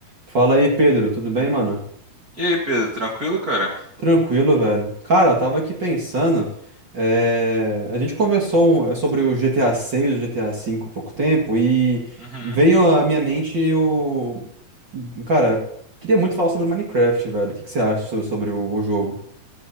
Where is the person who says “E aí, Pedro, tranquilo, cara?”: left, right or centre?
Right